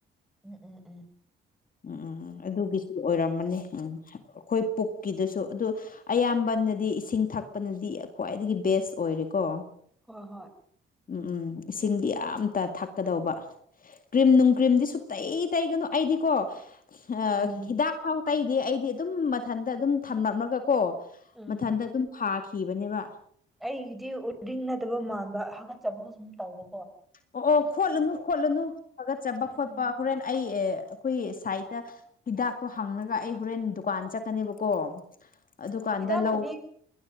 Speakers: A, in the centre; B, on the left.
A: ꯎꯝ ꯎꯝ ꯎꯝ
B: ꯎꯝ ꯑꯗꯨꯒꯤꯁꯨ ꯑꯣꯏꯔꯝ ꯎꯝ ꯑꯩꯈꯣꯏ ꯄꯨꯛꯀꯤꯗꯨꯁꯨ ꯑꯗꯨ ꯑꯌꯥꯝꯕꯅꯗꯤ ꯏꯁꯤꯡ ꯊꯛꯄꯅꯗꯤ ꯈꯋꯥꯏ ꯈ꯭ꯋꯥꯏꯗꯒꯤ ꯕꯦꯁ ꯑꯣꯏꯔꯦꯀꯣ
A: ꯍꯣꯏ ꯍꯣꯏ
B: ꯎꯝ ꯎꯝ ꯏꯁꯤꯡꯗꯤ ꯌꯥꯝꯇ ꯊꯛꯀꯗꯧꯕ ꯀ꯭ꯔꯤꯝ ꯅꯨꯡ ꯀ꯭ꯔꯤꯝꯗꯤ ꯁ ꯇꯩ ꯇꯩꯒꯅꯣ ꯑꯩꯗꯤꯀꯣ ꯑꯥ
A: ꯎꯝ
B: ꯍꯤꯗꯥꯛ ꯐꯥꯎ ꯇꯩꯗꯤ ꯑꯩꯗꯤ ꯑꯗꯨꯝ ꯃꯊꯟꯇ ꯑꯗꯨꯝ ꯊꯝꯂꯝꯂꯒ ꯀꯣ
A: ꯎꯝ
B: ꯃꯊꯟꯇ ꯑꯗꯨꯝ ꯐꯥꯈꯤꯕꯅꯦꯕ
A: ꯑꯩꯒꯤꯗꯤ ꯎꯗꯤꯡ ꯅꯠꯗꯕ ꯃꯥꯟꯕꯒ ꯆꯕꯒ ꯁꯨꯝ ꯇꯥꯎꯕ
B: ꯑꯣ ꯑꯣ ꯈꯣꯠꯂꯨꯅꯨ ꯈꯣꯠꯂꯨꯅꯨ ꯐꯥꯒꯠꯆꯕ
A: ꯎꯝ
B: ꯈꯣꯠꯄ
A: ꯎꯝ
B: ꯍꯣꯔꯦꯟ ꯑꯩ ꯑꯦ ꯑꯩꯈꯣꯏ ꯁꯥꯏꯗꯠꯇ ꯍꯤꯗꯥꯛꯇꯣ ꯍꯥꯡꯉꯒ ꯑꯩ ꯍꯣꯔꯦꯟ ꯗꯨꯀꯥꯟ ꯆꯠꯀꯅꯦꯕꯀꯣ ꯑꯗꯨꯀꯥꯟꯗ
A: ꯍꯤꯗꯥꯛꯄꯨꯗꯤ
B: ꯂꯧ